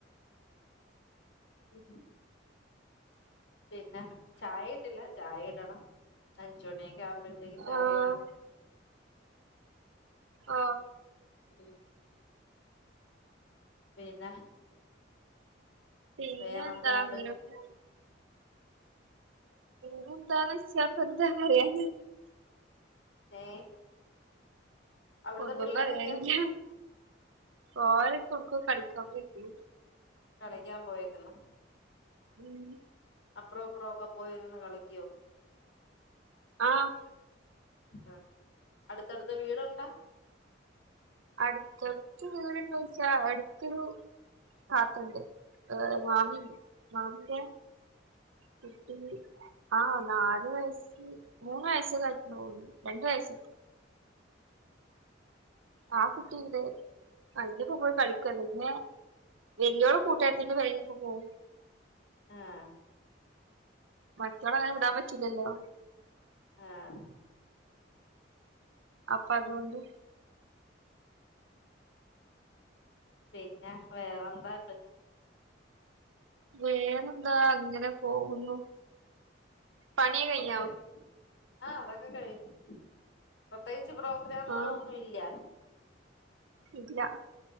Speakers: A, on the left; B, on the right.
A: ഉംം പിന്നെ ചായ ഇട്ടില്ല ചായ ഇടണം അഞ്ച് മണിയൊക്കെ ആവുമ്പോഴത്തേക്ക് ചായ
B: ആഹ്
A: ഇടാൻ
B: ആഹ്
A: ഉം വേന്ത
B: പിന്നെന്താ
A: വേറെന്താണ്ട്
B: അങ്ങനെ പോ പിന്നെ ന്തന്നെച്ച എന്ത പറയ ന്ന്
A: ഏഹ് അവിടുത്തെ
B: ഒന്നും
A: പിള്ളേരൊക്കെയോ
B: പറയാനില്ല ഒലൊക്കെ ഒട്ക്കൊ കളിക്കാൻ പോയിക്ക്ണ്
A: കളിക്കാൻ പോയേക്കുന്നു
B: ഉം
A: അപ്പറോ ഇപ്പറോ ഒക്കെ പോയിരുന്ന് കളിക്കു
B: ആഹ്
A: ആഗ് അടുത്തടുത്ത് വീടുണ്ടാ
B: അടുത്തടുത്ത് വീട്ണ്ടൊയിച്ച അട്ത്തൊരു ആക്കണ്ട് ങ് മാമി മാമിന്റെ കുട്ടി ആഹ് നാല് വയസ്സ് മൂന്ന് വയസ്സ് കഴിഞ്ഞെന്ന് തോന്നുന്ന് രണ്ട് വയസ്സ് ആ കുട്ടിയെന്തെ അതിന്റ കൂടെ കളിക്കലില്ലേ വല്യ ഓള് കൂട്ടുകാരിത്തിന്റെ വഴിയിലൊക്കെ പോകും
A: ആഹ്
B: മറ്റവളെ അങ്ങനെ വിടാൻ പറ്റില്ലല്ലോ
A: ആഹ്
B: അപ്പ അതുകൊണ്ട്
A: പിന്ന വേറെന്താ ഒണ്ട്
B: വേറെന്താ അങ്ങനെ പോകുന്നു പണിയൊക്കെ
A: <unintelligible>
B: കഴിഞ്ഞോ
A: ആഹ് അതൊക്കെ കഴിഞ്ഞ് പ്രത്യേകിച്ച് പ്രോ ഗ്രാമുകൾ
B: ആഹ്
A: ഒന്നുമില്ല
B: ഇല്ല